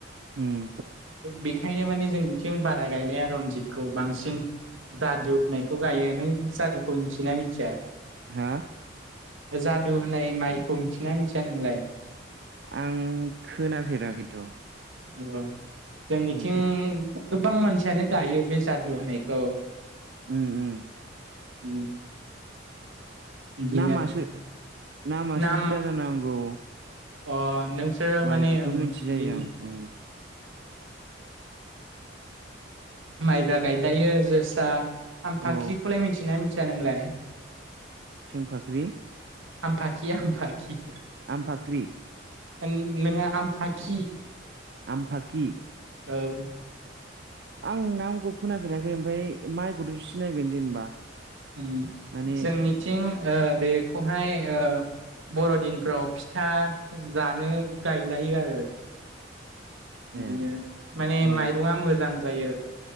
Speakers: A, on the right; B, on the right.
A: उम
B: बेखायनो माने जों बिथिं बारा गायनाया रनजितखौ बांसिन जादु होननायखौ गायो नों जादुखौ मिथियोना मिथिया?
A: हा?
B: जादु होननाय माइखौ मिथिना मिथिया नोंलाय?
A: आं खोनाफेराखैथ'
B: औ जोंनिथिं
A: उम
B: गोबां मानसियानो गायो बे जादु होनायखौ।
A: उम उम।
B: उम। बिदिनो
A: नामासो नामासो
B: नाम
A: जुदा जानांगौ
B: अ नोंसोरो
A: माइखौथ'
B: माने बिदिनो
A: मिथिजायो आं उम
B: माइब्रा गायजायो जोसा आम फाखिखौलाय
A: औ
B: मिथियो ना मिथि या नोंलाय?
A: थेंफाख्रि
B: हामफाखि हामफाखि।
A: आमफाख्रि
B: नों-नोङो हामफाखि
A: आमफाकि
B: औ।
A: आं नामखौ खोनाफेराखै ओमफ्राय माइखौथ' सिनायगोन जेनेबा
B: उम
A: माने
B: जोंनिथिं ओ बेखौहाय ओ बर'दिनफ्राव फिथा जानो गायलायो आरो। बिदिनो
A: ए
B: माने
A: औ
B: माइरंआ मोजां जायो